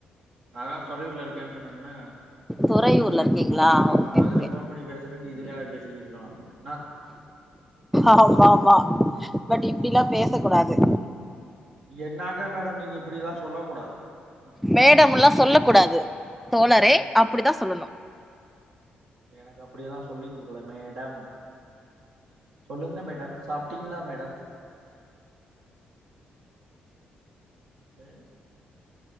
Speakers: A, on the right; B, in the centre.
A: அதான் தொறையுர்ல்ல இருக்கேன்னு சொன்னேன்னே
B: தொறையூர்ல்ல இருக்கீங்களா ஓகே
A: ஆமா அதுல
B: ஓகே
A: ஃபோன் பண்ணி பேசுறதுக்கு இதுலயா பேசிக்கிருக்கலா
B: ஆமா ஆமா பட்
A: ம்
B: இப்டிலா பேச கூடாது
A: என்னாங்க மேடம் நீங்க இப்டியெல்லா சொல்ல கூடாது ம் ம்
B: மேடம்ல்லா சொல்ல கூடாது தோழரே
A: ம்
B: அப்டிதாசொல்லணு
A: எனக்கு அப்டியெல்லா சொல்லி் கொடுக்கல மேடம் சொல்லுங்க மேடம் சாப்ட்டீங்களா மேடம் அ